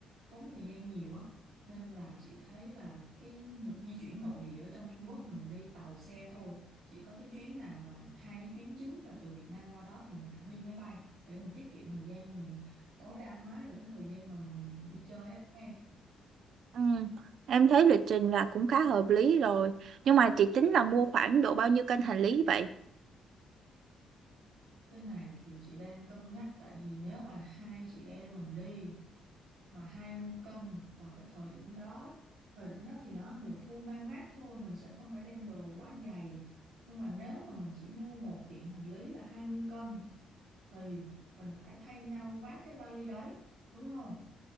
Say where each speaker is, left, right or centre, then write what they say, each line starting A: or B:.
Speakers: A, on the right (about 85°); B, on the right (about 65°).
A: tốn thời gian nhiều á. Nên là chị thấy là cái n- di chuyển nội địa ở trong Trung Quốc mình đi tàu xe thôi. Chỉ có cái chuyến nào mà hai cái chuyến chính là từ Việt Nam qua đó thì mình hẳn đi máy bay để mình tiết kiệm thời gian mình tối đa hóa được cái thời gian mà mình đi chơi á em
B: ừ. Em thấy lịch trình là cũng khá hợp lý rồi nhưng mà chị tính là mua khoảng độ bao nhiêu cân hành lý vậy
A: cái này thì chị đang cân nhắc tại vì nếu mà hai chị em mình đi mà 20 cân vào cái thời điểm đó thời điểm đó thì nó mùa thu mang mát thôi mình sẽ không phải đem đồ quá dày nhưng mà nếu mà mình chỉ mua một kiện hành lý là 20 cân thì mình phải thay nhau vác cái vali đấy đúng không